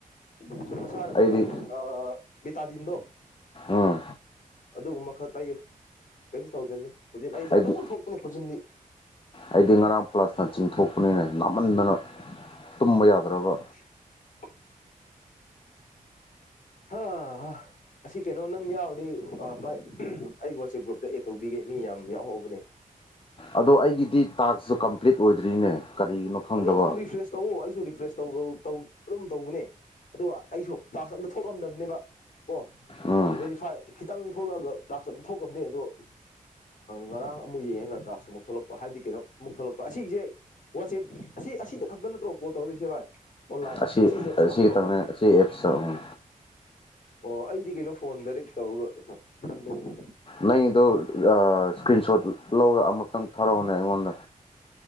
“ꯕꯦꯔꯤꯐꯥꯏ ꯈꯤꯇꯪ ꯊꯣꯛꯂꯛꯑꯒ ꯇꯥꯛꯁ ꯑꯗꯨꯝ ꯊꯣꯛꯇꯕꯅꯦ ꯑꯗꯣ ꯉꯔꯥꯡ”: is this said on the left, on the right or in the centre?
Left